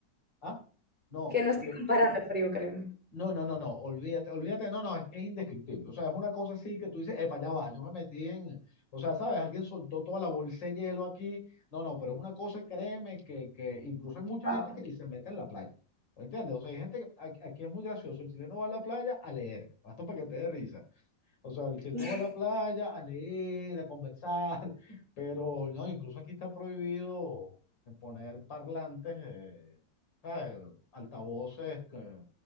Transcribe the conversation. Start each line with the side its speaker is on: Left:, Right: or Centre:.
Left: Ah, no.
Centre: que no estoy
Left: lo-
Centre: comparando el frío, créeme.
Left: No, no, no, no, olvídate, olvídate, no, no, es que es indescriptible. O sea, es una cosa así que tú dices, epa, ya va, yo me metí en, o sea, ¿sabes? Alguien soltó toda la bolsa de hielo aquí. No, no, pero es una cosa, créeme, que, que incluso hay mucha
Centre: Wow.
Left: gente que ni se mete en la playa. ¿Me ¿Entiendes? O sea, hay gente que aquí, aquí es muy gracioso. El chileno va a la playa a leer, <laughs> hasta para que te dé risa. O sea, el chileno
Centre: <laughs>
Left: va a la playa a leer, a conversar, <laughs> pero no, incluso aquí está prohibido poner parlantes, eh, ¿sabes? Altavoces que